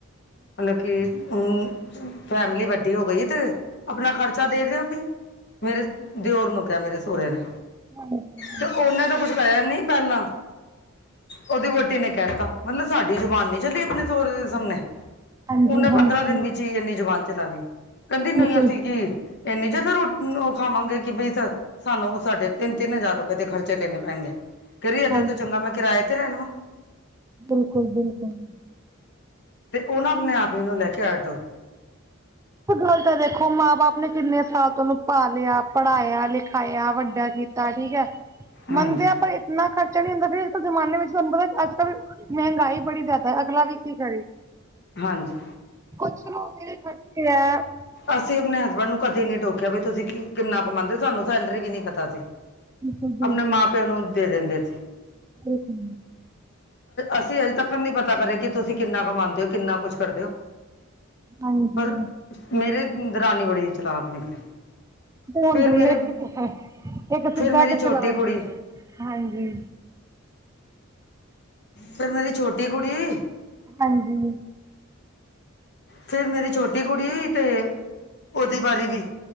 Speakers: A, on the left; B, on the right.
A: ਮਤਲਬ ਕਿ ਹੁਣ ਫੈਮਲੀ ਵੱਡੀ ਹੋ ਗਈ ਤੇ ਆਪਣਾ ਖਰਚਾ ਦੇ ਦਿਓ ਬ ਮੇਰੇ ਦਿਓਰ ਨੂੰ ਕਿਹਾ ਮੇਰੇ ਸਹੁਰੇ ਨੇ
B: ਹਾਂਜੀ ਹਾਂਜੀ
A: ਤੇ ਉਹਨੇ ਤੋਂ ਕੁਛ ਕਆ ਨੀ ਪਹਿਲਾਂ ਉਹਦੀ ਵੋਟੀ ਨੇ ਕਹਿ ਦਿੱਤਾ ਮਤਲਬ ਸਾਡੀ ਜ਼ੁਬਾਨ ਨੀ ਚਲੀ ਆਪਣੇ ਸਰ ਦੇ ਸਾਹਮਣੇ
B: ਹਾਂਜੀ
A: ਉਹਨੇ
B: ਹਾਂਜੀ
A: ਪੰਦਰਾਂ ਦਿਨ ਵਿੱਚ ਹੀ ਇੰਨੀ ਜ਼ੁਬਾਨ ਚਲਾਣੀ ਕਹਿੰਦੀ
B: ਬਿਲਕੁਲ
A: ਨਹੀਂ ਅਸੀਂ ਕੀ ਇੰਨੀ ਜਦਾ ਰੋਟੀ ਉਹ ਖਾਵਾਂਗੇ ਕਿ ਬਈ ਸਰ ਸਾਨੂੰ ਸਾਡੇ ਤਿੰਨ ਤਿੰਨ ਹਜ਼ਾਰ ਰੁਪਏ ਦੇ ਖਰਚੇ ਕਰਨੇ ਪੈਣਗੇ ਕਰੀਏ ਅਦੇ
B: ਹਾਂਜੀ
A: ਤੂੰ ਚੰਗਾ ਮੈਂ ਕਿਰਏ ਤੇ ਰਹਿ ਲਵਾਂ
B: ਬਿਲਕੁਲ ਬਿਲਕੁਲ
A: ਤੇ ਉਹ ਨਾ ਆਪਣੇ ਆਪ ਵੀ ਨੂੰ ਲੈ ਕੇ ਆਟ ਦਿਓ
B: ਗੱਲ ਤਾਂ ਦੇਖੋ ਮਾਂ ਬਾਪ ਨੇ ਕਿੰਨੇ ਸਾਲ ਤੋਂ ਉਹਨੂੰ ਪਾ ਲਿਆ ਪੜ੍ਹਾਇਆ ਲਿਖਾਇਆ ਵੱਡਾ ਕੀ ਠੀਕ ਹੈ
A: ਹਾਂਜੀ
B: ਮੰਨਦੇ ਆਾਂ ਪਰ ਇੰਨਾ ਖਰਚਾ ਨੀ ਹੁੰਦਾ ਫ ਅੱਜ ਕੱਲ ਜ਼ਮਾਨੇ ਵਿੱਚ ਤੁਹਾਨੂੰ ਪਤਾ ਅੱਜ ਕੱਲ ਮਹਿੰਗਾਈ ਬੜੀ ਜ਼ਿਆਦਾ ਅਗਲਾ ਵੀ ਕੀ ਕਰੀ
A: ਹਾਂਜੀ
B: <unintelligible>
A: ਅਸੀਂ ਆਪਣੇ ਹਸਬੈਂਡ ਨੂੰ ਕਦੇ ਨੀ ਟੋਕਿਆ ਵੀ ਤੁਸੀਂ ਕਿੰਨਾ ਕਮਾਦੇ ਹੋ ਸਾਨੂੰ ਸੈਲਰੀ ਵੀ ਨੀ ਪਤਾ ਸੀ
B: ਬਿਲਕੁਲ ਬਿਲਕੁਲ
A: ਆਪਣੇ ਮਾਂ ਪਿਓ ਨੂੰ ਦੇ ਦਿੰਦੇ ਸੀ
B: ਬਿਲਕੁਲ
A: ਅਸੀਂ ਅਜੇ ਤੱਕ ਨਹੀਂੀ ਪਤਾ ਕਰੇ ਕਿ ਤੁਸੀਂ ਕਿੰਨਾ ਕਮਾਉਦੇ ਹੋ ਕਿੰਨਾ ਕੁਛ ਕਰਦੇ ਹੋ
B: ਹਾਂਜੀ
A: ਪਰ ਮੇਰੇ ਦਰਾਨੀ ਬੜੀ ਚਲਾਕ ਨਿਕਲੀ
B: ਹੁੰਦਾ
A: ਫੇਰ
B: ਹੀ
A: ਮੇਰੇ
B: ਇੱਕ ਇੱਕ
A: ਫਿਰ
B: ਸਿੱਧਾ
A: ਮੇਰੀ
B: ਇੱਕ
A: ਛੋਟੀ
B: ਚਲਾਕ
A: ਕੁੜੀ
B: ਹੁੰਦਾ ਹਾਂਜੀ
A: ਫੇਿਰ ਮੇਰੀ ਛੋਟੀ ਕੁੜੀ
B: ਹਾਂਜੀ
A: ਫੇਿਰ ਮੇਰੀ ਛੋਟੀ ਕੁੜੀ ਵੀ ਤੇ ਉਹਓਦੀ ਵਾਰੀ ਵੀ